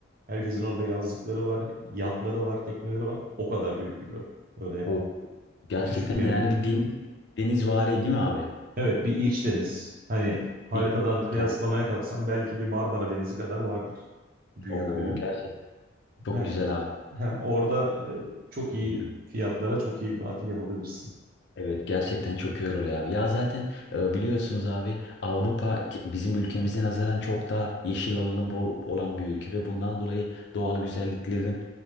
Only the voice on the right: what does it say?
Herkesin orada yazlıkları var, yatları var, tekneleri var. O kadar büyük bir göl. Öyle
küçük bir
yer değil.
Evet bir iç deniz. Hani haritadan
kıyaslamaya
kalksam belki bir Marmara Denizi kadar vardır büyüklüğü.
Evet
Ha, orada e, çok iyi
fiyatlara çok iyi bir tatil yapabilirsin.